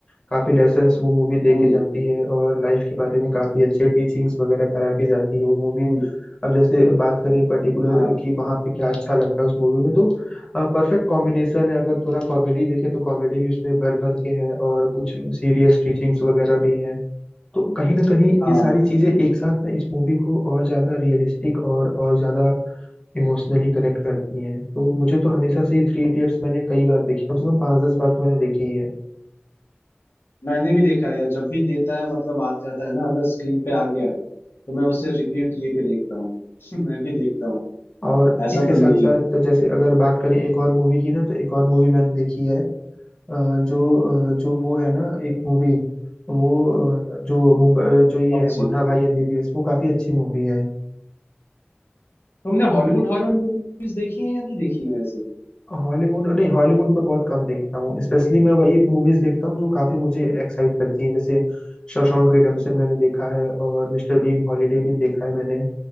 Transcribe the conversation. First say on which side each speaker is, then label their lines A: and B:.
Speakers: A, on the left; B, on the left.
A: काफी लेसन्स वो मूवी दे
B: हम्म
A: के जाती है और लाइफ के बारे में काफी अच्छे टीचिंग्स वगैरह करा के जाती है वो मूवी
B: हम्म
A: अब जैसे बात करें पर्टिकुलर
B: हाँ
A: कि वहां पे क्या अच्छा लगता है उस मूवी में तो परफेक्ट कॉम्बिनेशन है अगर थोड़ा कॉमेडी देखे तो कॉमेडी भी उसमें भर भर के है और कुछ सीरियस टीचिंग्स वगैरह भी हैं तो कहीं ना कहीं
B: हाँ
A: ये सारी चीजें एक साथ ना इस मूवी को और ज्यादा रियलिस्टिक और और ज्यादा इमोशनली कनेक्ट करती हैं तो मुझे तो हमेशा से ही थ्री इडियट्स मैंने कई बार देखी कम से कम पाँच दस बार तो मैंने देखी ही है
B: मैंने भी देखा है यार जब भी देता है मतलब आ जाता है ना अगर स्क्रीन पे आ गया तो मैं उसे रिपीट ये पे देखता हूँ <laughs> मैं भी देखता हूँ
A: और
B: ऐसा
A: इसके
B: तो
A: साथ
B: नहीं
A: साथ
B: है
A: तो जैसे अगर बात करें एक और मूवी की ना तो एक और मूवी मैंने देखी है अ, जो अ, जो वो है ना एक मूवी वो अ, जो मुंबई अ, जो ये
B: कौन
A: है
B: सी
A: मुन्ना भाई एमबीबीएस वो काफी अच्छी मूवी है
B: तुमने हॉलीवुड हॉरर मूवीज देखी है या नहीं देखी है वैसे
A: हॉलीवुड नहीं हॉलीवुड में बहुत कम देखता हूँ स्पेशली मैं वही मूवीज देखता हूँ जो काफी मुझे एक्साइट करती हैं जैसे शॉशैंक रिडेम्पशन मैंने देखा है और मिस्टर बीन हॉलीडे भी देखा है मैंने